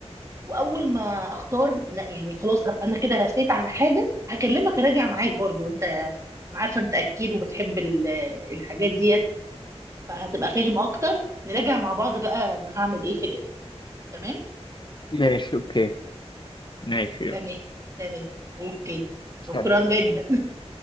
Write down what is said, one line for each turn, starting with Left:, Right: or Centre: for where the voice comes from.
Right: واول ما اختار لا يعني خلاص هبقى انا كده رسيت على حاجه هكلمك اراجع معاك برضو انت انا عارفه انت اكيد وبتحب ال- الحاجات ديت فهتبقى فاهم اكتر نراجع مع بعض بقى انا هعمل ايه في الاخر تمام
Left: ماشي اوكي ماشي يلا.
Right: تمام تمام اوكي
Left: سلام
Right: شكرا جدا